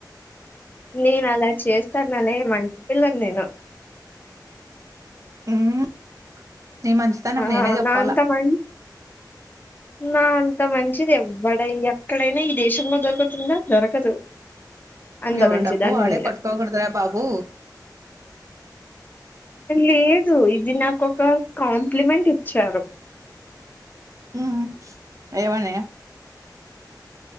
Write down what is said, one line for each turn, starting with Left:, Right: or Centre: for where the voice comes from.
Left: నేను అలా చేస్తాననేమం మంచిపిల్లని నేను
Right: ఉమ్.. నీ మంచితనం
Left: ఆ
Right: నేనే చెప్పాలా.
Left: నా అంత మం నా అంత మంచిది ఎవడ ఎక్కడైనా ఈ దేశంలో దొరుకుతుందా దొరకదు. అంత
Right: ఎవడి
Left: మంచిదాన్ని
Right: డప్పు వాడే
Left: నేను.
Right: కొట్టుకోకూడదు రా బాబు
Left: లేదు ఇది నాకు ఒకరు కాంప్లిమెంట్ ఇచ్చారు.
Right: ఉమ్ ఏవని